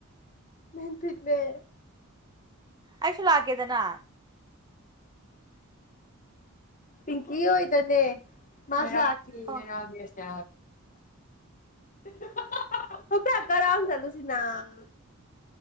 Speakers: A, on the left; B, on the right.
A: ꯅꯟꯄꯤꯗꯋꯦ <unintelligible>
B: ꯑꯩꯁꯨ ꯂꯥꯛꯀꯦꯗꯅ
A: ꯄꯤꯡꯀꯤ ꯍꯣꯏꯗꯅꯦ ꯃꯥꯁꯨ ꯂꯥꯛ ꯊ
B: ꯑꯣ
A: ꯔꯁ <unintelligible> ꯍ ꯐ ꯍꯛꯀ ꯔꯥꯎꯟ ꯆꯂꯨ ꯁꯤꯅꯥ <unintelligible>